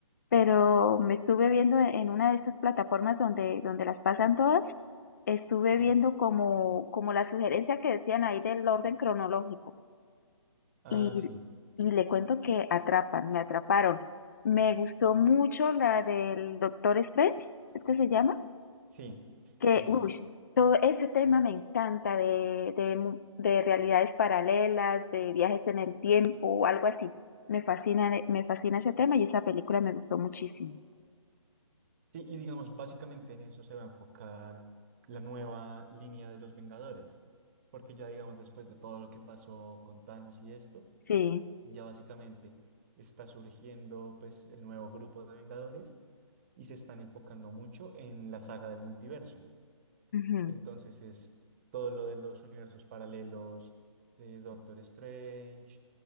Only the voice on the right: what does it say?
Sí.
Ah,
sí,
sí,
sí, sí,
sí.
Sí, y digamos, básicamente en eso se va a enfocar la nueva línea de los Vengadores, porque ya digamos, después de todo lo que pasó con Thanos y esto,
ya básicamente está surgiendo pues el nuevo grupo de Vengadores y se están enfocando mucho en la saga del multiverso.
Entonces es todo lo de los universos paralelos de Doctor Strange.